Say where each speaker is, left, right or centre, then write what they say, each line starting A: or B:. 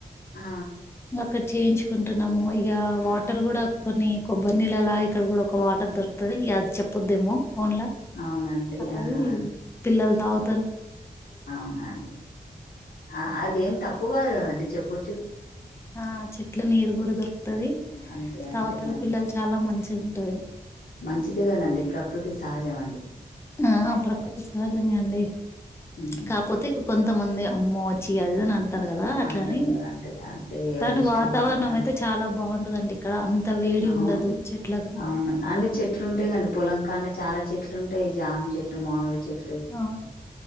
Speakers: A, on the left; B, on the left.
A: ఆ
B: అక్కడ చేయించుకుంటున్నాము. ఇగ వాటర్ కూడ కొన్ని కొబ్బరి నీళ్ళలా ఇక్కడ కూడ ఒక వాటర్ దొరుకుతది. ఇగ ది చెప్పొద్దేమో ఫోన్లా.
A: అవునండి ఆహా
B: అవి పిల్లలు తాగుతరు.
A: అవునా అండి! ఆ అదేం తప్పు కాదు కదండి చెప్పో
B: ఆ చెట్ల నీరు కూడ దొరుకుతది.
A: అంతే అండి
B: తాగుతరు పిల్లలు చాల మంచిగుంటది.
A: మంచిదే కదండి. ప్రకృతి సహజం అది.
B: ఆ ప్రకృతి సహజమే అండి
A: ఉమ్
B: కాపోతే కొంతమంది అమ్మో చ్చి అది ఇదని అంటారు కదా అట్లని.
A: అంటారు కదండి అంతే ఎవరి
B: కానీ
A: ఇష్టం
B: వాతావరణం
A: వాళ్ళదండి
B: అయితే, చాలా బాగుంటదండి ఇక్కడ అంత వేడి
A: అవును
B: ఉండదు. చెట్
A: అవును. అన్ని చెట్లు ఉంటాయి కండి పొలంకానే చాలా చెట్లు ఉంటాయి. జామ చెట్లు, మామిడి చెట్
B: అవును.